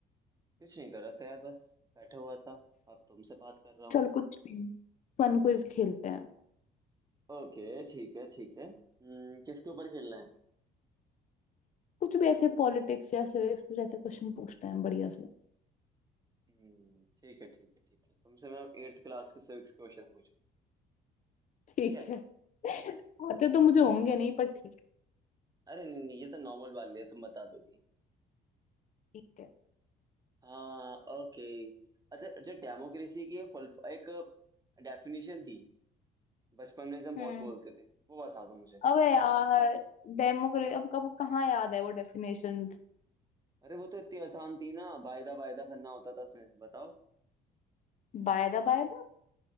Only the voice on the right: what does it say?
कुछ नहीं कर रहा था यार बस बैठा हुआ था अब तुमसे बात कर रहा हूँ
ओके ठीक है ठीक है हम्म, किसके ऊपर खेलना है
हम्म, ठीक है ठीक है ठीक है तुमसे मैं एट्थ क्लास के सिविक्स क्वेश्चंस पूछूं
ठीक है
अरे नहीं नहीं ये तो नॉर्मल वाले है तुम बता दोगी
हाँ ओके अच्छा अच्छा डेमोक्रेसी की एक फुल- एक डेफिनेशन थी बचपन में जो हम बहुत
बोलते थे वो बता दो मुझे
अरे वो तो इतनी आसान थी ना वायदा वायदा करना होता था उसमें बताओ